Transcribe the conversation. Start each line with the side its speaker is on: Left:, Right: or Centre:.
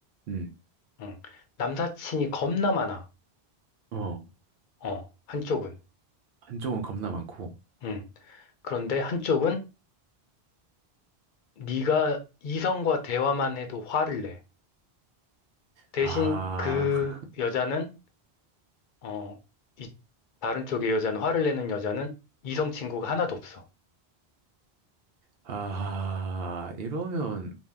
Right: 음.
Left: 응, 남사친이 겁나 많아.
Right: 어,
Left: 어, 한쪽은.
Right: 한쪽은 겁나 많고.
Left: 응. 그런데 한쪽은 네가 이성과 대화만 해도 화를 내. 대신
Right: 아,
Left: 그
Right: <laughs>
Left: 여자는, 어, 이, 다른 쪽의 여자는, 화를 내는 여자는 이성 친구가 하나도 없어.
Right: 아, 이러면,